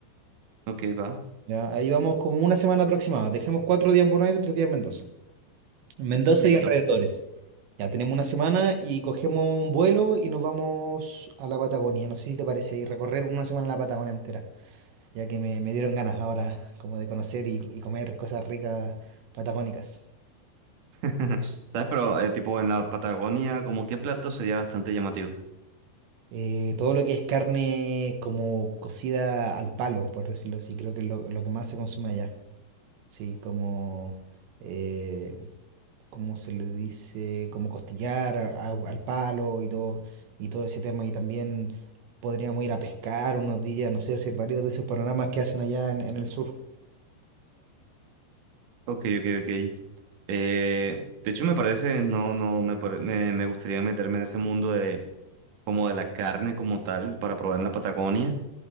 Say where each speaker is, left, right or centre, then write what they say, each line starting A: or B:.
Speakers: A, on the right; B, on the right.
A: ok, va,
B: Ya, ahí vamos como una semana aproximada. Dejemos cuatro días en Buenos Aires, tres días en Mendoza. En Mendoza
A: listo.
B: y alrededores. Ya tenemos una semana y cogemos un vuelo y nos vamos a la Patagonia. No sé si te parece, y recorrer una semana la Patagonia entera. ya que me, me dieron ganas ahora como de conocer y, y comer cosas ricas patagónicas.
A: <laughs> ¿Sabes? Pero eh, tipo en la Patagonia, como qué plato sería bastante llamativo.
B: Eh, todo lo que es carne como cocida al palo, por decirlo así, creo que es lo, lo que más se consume allá. Sí, como, eh, ¿cómo se le dice? Como costillar a- a- al palo y todo, y todo ese tema. Y también podríamos ir a pescar unos días, no sé, hacer varios de esos panoramas que hacen allá en en el sur.
A: Ok, ok, ok. Eh, de hecho, me parece, no, no, me, pare- me, me gustaría meterme en ese mundo de como de la carne como tal para probar en la Patagonia.